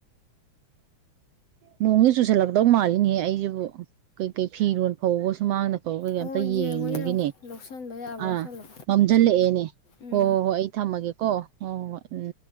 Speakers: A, on the right; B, on the left.
A: ꯃꯣꯡꯉ ꯆꯨꯁꯜꯂꯛꯗꯧ ꯃꯥꯜꯂꯤꯅꯦꯍꯦ ꯑꯩꯁꯤꯕꯨ ꯀꯩꯀꯩ ꯐꯤꯔꯣ ꯐꯧꯒ ꯁꯨꯃꯥꯡꯗ ꯐꯧꯒꯩꯩ
B: ꯑꯣ
A: ꯑꯝꯇ ꯌꯦꯡꯉꯒꯤꯅꯦ
B: ꯌꯦꯡꯉꯣ ꯌꯦꯡꯉꯣ ꯂꯧꯁꯟꯕ ꯌꯥꯕ
A: ꯑꯥ
B: ꯂꯧꯁꯜꯂꯣ
A: ꯃꯝꯁꯤꯜꯂꯛꯑꯦꯅꯦ
B: ꯎꯝ
A: ꯍꯣꯏ ꯍꯣꯏ ꯍꯣꯏ ꯑꯩ ꯊꯝꯃꯒꯦ ꯀꯣ ꯑꯣ ꯎꯝ